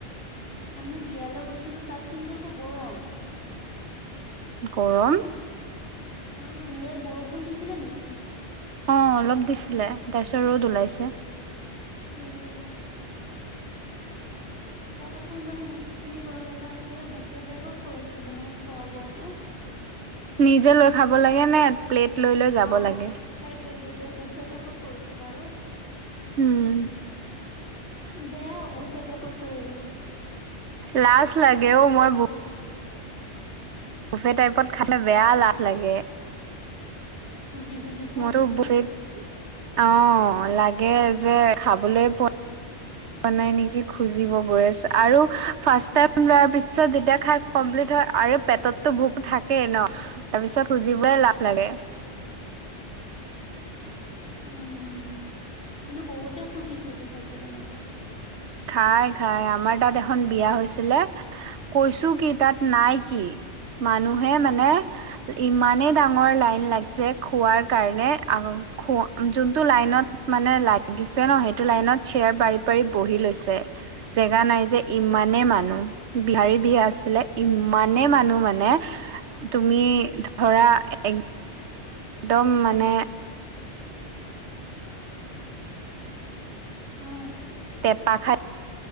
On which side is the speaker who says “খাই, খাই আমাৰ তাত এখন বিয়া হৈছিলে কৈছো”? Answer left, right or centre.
Right